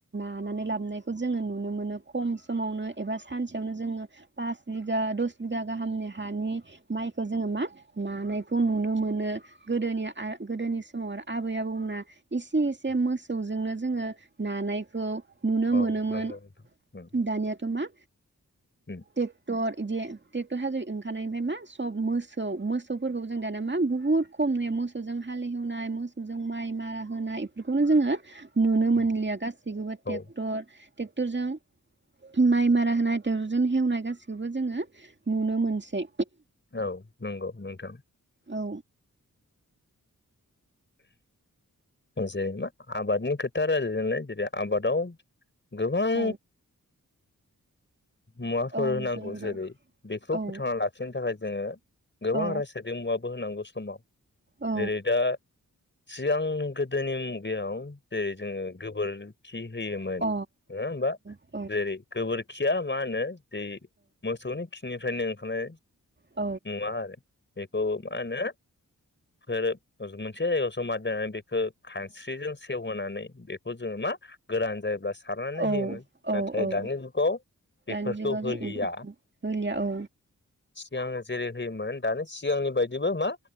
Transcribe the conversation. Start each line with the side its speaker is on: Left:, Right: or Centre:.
Right: हानानै लाबोनायखौ जोङो नुनो मोनो खम समावनो एबा सानसेयावनो जोङो पास बिगा दस बिगा गाहामनि हानि माइखौ जोङो मा नानायखौ नुनो मोनो गोदोनि आ गोदोनिसो औ आरो आबै आबौना इसे इसे
Left: उम
Right: मोसौजोंनो जोङो नानायखौ नुनो
Left: औ
Right: मोनोमोन
Left: नंगौ नोंथां उम
Right: दानियाथ' मा
Left: उम
Right: टेक्टर बिदि टेक्टर हाजो ओंखारनायनिफ्राय मा सब मोसौ मोसौफोरखौ जों दाना मा बुहुत खम नुयो मोसौजों हालहेवनाय मोसौजों माइ मारा होनाय इफोरखौनो जोंङो नुनो मोनलिया
Left: उम
Right: गासैगोबो
Left: औ
Right: टेक्टर टेक्टरजों माइ मारा होनाय टेक्टरजोंनो हेवनाय गासिखौबो जोंङो नुनो मोनसै।
Left: औ नंगौ नोंथां
Right: औ
Left: जे मा आबादनि खोथा रालायदोनालाय जेरै आबादाव गोबां
Right: औ
Left: मुवाफोर
Right: औ नोंथां
Left: नांगौ
Right: नंगौ
Left: जोरै बेखौ
Right: औ
Left: फोथांना लाखिनो थाखाय जोंङो गोबां
Right: औ
Left: रासायनिक मुवाफो बो होनांगौ समाव।
Right: औ अ
Left: जेरै दा सिगां गोद दोनि मुगायाव जेरै जोङो गोबोरखि होयोमोन
Right: औ
Left: नोङा होमबा?
Right: औ
Left: जेरै गोबोरखिया मा होनो? बे मोसौनि खिनिफ्रायनो खानाय
Right: औ
Left: नुवा आरो बेखौ मा होनो? फोर हजाना <unintelligible> हो खानस्रिजों सेवहोनानै बेखौ जोङो मा गोरान जायोब्ला सारनानै
Right: औ
Left: होयोमोन नाथाय
Right: औ औ
Left: दानि जुगाव बेफोरखौ
Right: दानि जुगाव
Left: होलिया।
Right: जों होलिया औ
Left: सिगां जेरै होयोमोन दानि सिगांनि बायदिबो मा?